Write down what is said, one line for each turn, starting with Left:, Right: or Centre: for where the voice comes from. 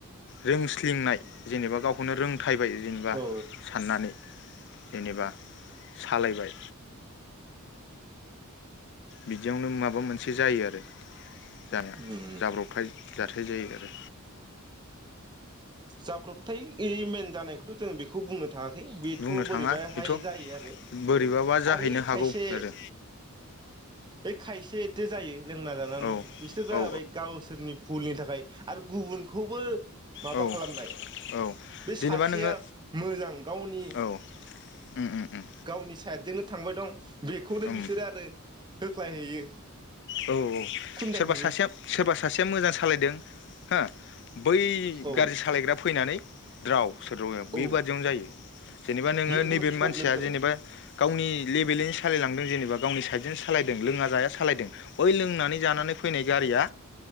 Left: रोंसलिंनाय जेनेबा गावखौनो रों थायबाय जेनेबा
Right: औ
Left: साननानै जेनेबा सालायबाय बिदियावनो माबा मोनसे जायो आरो जा
Right: उम
Left: जाब्रबथाय जाथाय जायो आरो।
Right: जाब्रबथाय मेन जानायखौथ' जोंङ बेखौ बुंनो थाङाखै बेथ'
Left: बुंनो
Right: बोरैबाहाय
Left: थाङा बेथ'
Right: जायो आरो
Left: बोरैबाबा
Right: औ
Left: जाहैनो
Right: आरो
Left: हागौ
Right: खायसे
Left: आरो
Right: बे खायसे एथे जायो लोंना जानानै
Left: औ
Right: बिसोर
Left: औ
Right: जाबाय गावसोरनि भुलनि थाखाय आरो गुबुनखौबो माबा
Left: औ
Right: खालामनाय
Left: औ
Right: बे
Left: जेनेबा
Right: सासेया
Left: नोङो
Right: मोजां गावनि
Left: औ उम उम उम
Right: गावनि साइडजोंनो थांबाय दं बेखौनो
Left: उम
Right: बिसोरो आरो होख्लायहैयो।
Left: औ सोरबा
Right: खुन्दायहैयो
Left: सासेया सोरबा सासेया मोजां सालायदों हा बै
Right: औ
Left: गाज्रि सालायग्रा फैनानै द्राव सोद्राव बेबादियावनो
Right: औ
Left: जायो जेनेबा नोङो
Right: बेयावनो
Left: नैबे
Right: मोनसे
Left: मानसिया
Right: प्रब्लेम जालांबाय
Left: जेनेबा गावनि लेबेलैनो सालायलांदों जेनेबा गावनि साइडजों सालायदों लोङा जाया सालायदों बै लोंनानै जानानै फैनाय गारिया